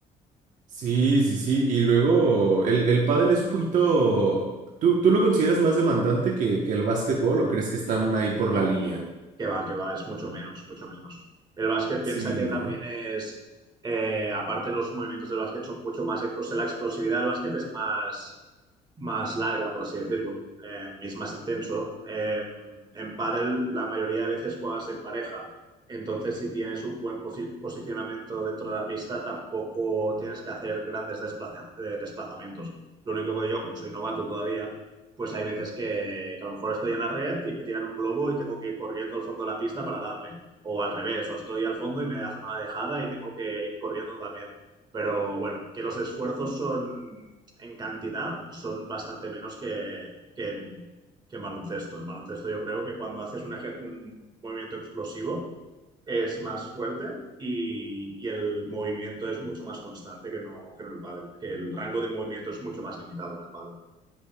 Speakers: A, on the right (about 60°); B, on the right (about 30°).
A: Sí, sí, sí, y luego el, el pádel es un poquito... ¿Tú, tú lo consideras más demandante que, que el básquetbol o crees que están ahí por
B: No,
A: la línea?
B: que va, que va, es mucho menos, mucho menos. El básquet
A: Sí,
B: piensa que
A: ¿no?
B: también es, eh, aparte los movimientos del básquet son mucho más, o sea, la explosividad del básquet es más, más larga, por así decirlo, eh, y es más intenso. Eh, en pádel la mayoría de veces juegas en pareja, entonces si tienes un buen posi- posicionamiento dentro de la pista, tampoco tienes que hacer grandes desplaza- eh, desplazamientos. Lo único que yo, como soy novato todavía, pues hay veces que, que a lo mejor estoy en la red y me tiran un globo y tengo que ir corriendo al fondo de la pista para darle. O al revés, o estoy al fondo y me hacen una dejada y tengo que ir corriendo también. Pero bueno, que los esfuerzos son en cantidad, son bastante menos que, que en, que en baloncesto. En baloncesto yo creo que cuando haces un, eje- un movimiento explosivo es más fuerte y, y el movimiento es mucho más constante que no, que en el pádel, que el rango de movimiento es mucho más limitado en el pádel.